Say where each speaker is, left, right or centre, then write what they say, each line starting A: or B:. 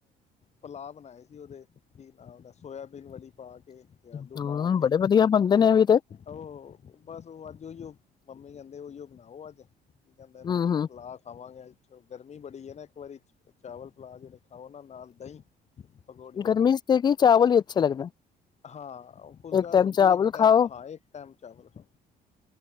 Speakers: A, on the left; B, on the left.
A: ਪਲਾਅ ਬਣਾਏ ਸੀ ਉਹਦੇ ਕੀ ਨਾ ਉਹਦਾ ਸੋਇਆਬੀਨ ਵਲੀ ਪਾ ਕੇ ਤੇ ਆਲੂ
B: ਹੂੰ,
A: ਪਾ ਕੇ
B: ਬੜੇ ਵਧੀਆ ਬਣਦੇ ਨੇ ਇਹ ਵੀ ਤੇ,
A: ਉਹ ਬਸ ਉਹ ਅਜ ਓਹੀਓ ਮੰਮੀ ਕਹਿੰਦੇ ਉਹੀਓ ਬਣਾਓ ਅੱਜ ਕੀ ਕਹਿੰਦੇ ਇਹਨੂੰ
B: ਹੂੰ-ਹੂੰ।
A: ਪਲਾਅ ਖਾਵਾਂਗੇ ਅੱਜ ਗਰਮੀ ਬੜੀ ਹੈ ਨਾ ਇੱਕ ਵਾਰੀ ਚਾਵਲ ਪਲਾਅ ਜਿਹੜੇ ਖਾਓ ਨਾ ਨਾਲ ਦਹੀਂ ਪਕੌੜੀਆਂ
B: ਗਰਮੀ ਚ ਦੇ ਕੀ ਚਾਵਲ ਹੀ ਅੱਛਾ ਲੱਗਦਾ,
A: ਹਾਂ ਫੁਲਕਾ
B: ਇੱਕ ਟਾਈਮ
A: ਰੋਟੀ
B: ਚਾਵਲ
A: ਇੱਕ ਟਾਈਮ
B: ਖਾਓ
A: ਹਾਂ ਇੱਕ ਟਾਈਮ ਚਾਵਲ ਖਾਓ